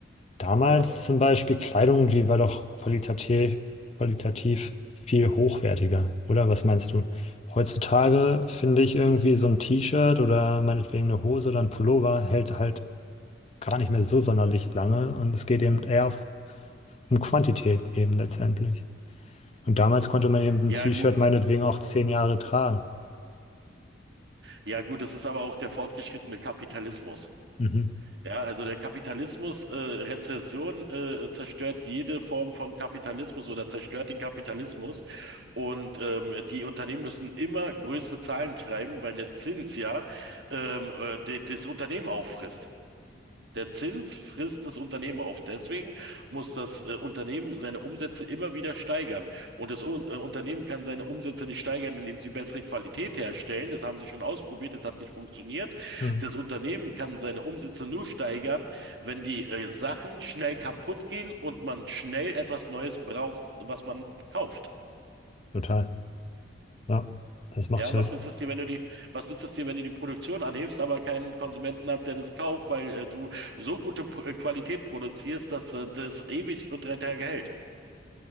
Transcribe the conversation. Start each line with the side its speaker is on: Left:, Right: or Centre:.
Left: Damals
Right: Ja.
Left: zum Beispiel Kleidung, die war doch qualitativ, qualitativ viel hochwertiger, oder? Was meinst du? Heutzutage finde ich irgendwie so ein T-Shirt oder meinetwegen eine Hose oder ein Pullover hält halt gar nicht mehr so sonderlich lange und es geht eben eher auf, um Quantität eben letztendlich. Und damals konnte man eben ein
Right: Ja,
Left: T-Shirt
Right: gut.
Left: meinetwegen auch zehn Jahre tragen.
Right: Ja, gut, das ist aber auch der fortgeschrittene Kapitalismus.
Left: Mhm.
Right: Ja, also der Kapitalismus, äh, Rezession, äh, zerstört jede Form von Kapitalismus oder zerstört den Kapitalismus. Und ähm, die Unternehmen müssen immer größere Zahlen schreiben, weil der Zins ja ähm, äh, de, das Unternehmen auffrisst. Der Zins frisst das Unternehmen auf. Deswegen muss das äh, Unternehmen seine Umsätze immer wieder steigern. Und das Un- äh, Unternehmen kann seine Umsätze nicht steigern, indem sie bessere Qualität herstellen. Das haben sie schon ausprobiert, das hat nicht funktioniert.
Left: Mhm.
Right: Das Unternehmen kann seine Umsätze nur steigern, wenn die äh, Sachen schnell kaputt gehen und man schnell etwas Neues braucht, was man kauft.
Left: Total. Ja, das macht
Right: Ja,
Left: halt.
Right: was nützt es dir, wenn du die, was nützt es dir, wenn du die Produktion anhebst, aber keinen Konsumenten hat, der das kauft, weil äh, du so gute P äh, Qualität produzierst, dass äh, das ewig und drei Tage hält?